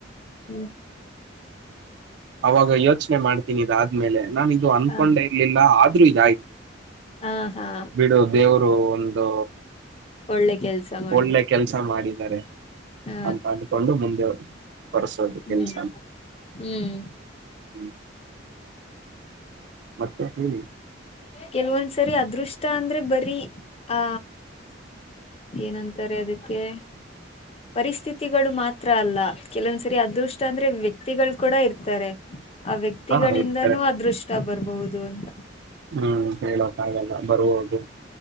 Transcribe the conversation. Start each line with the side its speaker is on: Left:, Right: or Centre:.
Left: ಹ್ಮ
Right: ಅವಾಗ ಯೋಚನೆ ಮಾಡ್ತೀನಿ ಇದಾದ್ಮೇಲೆ ನಾನು ಇದು ಅನ್ಕೊಂಡೆ
Left: ಹಾ
Right: ಇರ್ಲಿಲ್ಲ ಆದ್ರೂ ಇದ
Left: ಹಾ ಹಾ
Right: ಬಿಡು ದೇವರು ಒಂದು
Left: ಒಳ್ಳೆ ಕೆಲ್ಸ ಮಾಡುವ
Right: ಒಳ್ಳೆ ಕೆಲ್ಸ ಮಾಡಿದ್ದಾರೆ
Left: ಹ
Right: ಅಂತ ಅನ್ಕೊಂಡು ಮುಂದೆರು ಹೊಸವದ ತಿನ್ಸಾನ
Left: ಹ್ಮ್ ಹ್ಮ್
Right: ಹ್ಮ್ ಮತ್ತೆ ಹೇಳಿ
Left: ಕೆಲ್ವೊಂದ್ಸರಿ ಅದೃಷ್ಟ ಅಂದ್ರೆ ಬರೀ ಆ ಏನಂತ ಅದಕ್ಕೆ ಪರಿಸ್ಥಿತಿಗಳು ಮಾತ್ರ ಅಲ್ಲ ಕೆಲವಂದ್ಸರಿ ಅದೃಷ್ಟ ಅಂದ್ರೆ ವ್ಯಕ್ತಿಗಳು ಕೂಡ ಇರ್ತಾರೆ ಆ ವ್ಯಕ್ತಿಗಳಿಂದನೂ
Right: ಹಾ ಇರ್ತಾರೆ
Left: ಅದೃಷ್ಟ ಬರ್ಬಹುದು ಅಂತ
Right: ಹ್ಮ್ ಹೇಳಕ್ಕಾಗಲ್ಲ ಬರುವುದು